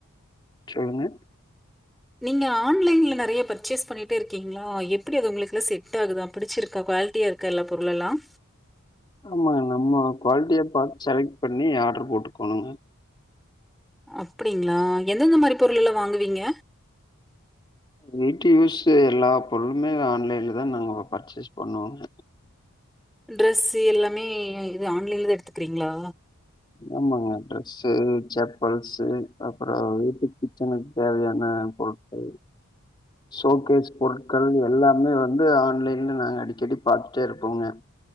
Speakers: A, on the left; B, in the centre.
A: சொல்லுங்க
B: நீங்க ஆன்லைன்ல நறைய பர்ச்சேஸ் பண்ணிட்டே இருக்கீங்களா எப்படி அது உங்களுக்குல்லாம் செட் ஆகுதா பிடிச்சிருக்கா குவாலிட்டியா இருக்கா எல்லா பொருள் எல்லாம்
A: ஆமாங்க நம்ம குவாலிட்டியை பார்த்து செலக்ட் பண்ணி ஆர்டர் போட்டுக்கோணுங்க
B: அப்படிங்களா எந்தெந்த மாரி பொருள்ல்ல வாங்குவீங்க
A: வீட்டு யூஸ் எல்லா பொருளுமே ஆன்லைன்ல தான் நாங்க பர்ச்சேஸ் பண்ணுவோங்க
B: டிரஸ் எல்லாமே ஆன்லைன்ல எடுத்துக்கிறீங்களா
A: ஆமாங்க ட்ரெஸ்ஸு செப்பல்ஸு அப்புறம் வீட்டு கிச்சனுக்கு தேவையான பொருட்கள் ஷோகேஸ் பொருட்கள் எல்லாமே வந்து ஆன்லைன்ல நாங்க அடிக்கடி பாத்துட்டே இருப்போங்க